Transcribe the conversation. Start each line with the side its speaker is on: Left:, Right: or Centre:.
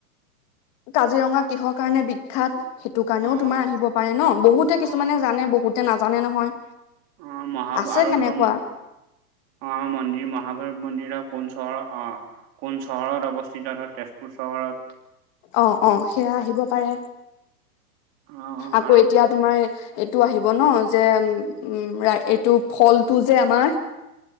Left: কাজিৰঙা কিহৰ কাৰণে বিখ্যাত? সেইটো কাৰণেও
Right: অ',
Left: তোমাৰ আহিব পাৰে ন' বহুতে কিছুমানে
Right: অ',
Left: জানে বহুতে নাজানে নহয়
Right: অ', মহা
Left: আছে
Right: আৰু
Left: সেনেকুৱা
Right: ধৰ অ', মন্দিৰ মহাভৈৰৱ মন্দিৰৰ কোন চৰহত অ'। কোন চহৰত অৱস্থিত ধৰ তেজপুৰ চহৰত।
Left: অ', অ', সেয়া আহিব পাৰে।
Right: অ',
Left: আকৌ
Right: আৰু
Left: এতিয়া তোমাৰ এইটো আহিব ন' যে উ এইটো ফলটো যে আমাৰ!